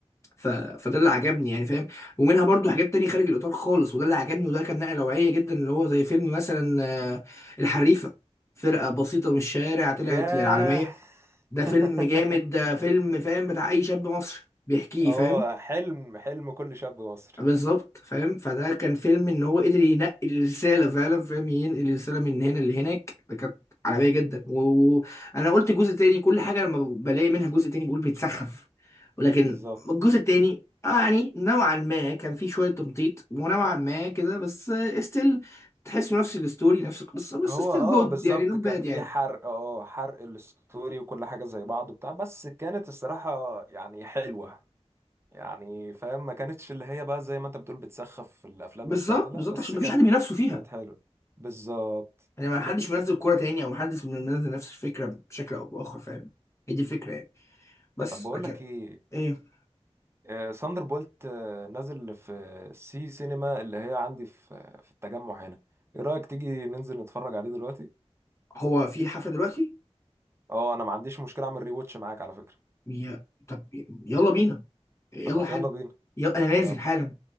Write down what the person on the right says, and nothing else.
ياه
<laughs>
اه
حلم حلم كل شاب مصري
<laughs> بالظبط
هو
اه
بالظبط
كان
في
حرق اه حرق الستوري وكل حاجة زي بعض وبتاع بس كانت الصراحة يعني حلوة يعني فاهم ما كانتش اللي هي بقى زي ما انت بتقول بتسخف في الافلام
التانية لا
بس
كان
كانت حلوة بالظبط
طب بقول
لك ايه
آه ساندر بولت آه نازل في سي سينما اللي هي عندي في في التجمع هنا ايه رأيك تيجي ننزل نتفرج عليه دلوقتي
اه انا ما عنديش مشكلة اعمل ريواتش معاك على فكرة
طب ما
يلا بينا
يلا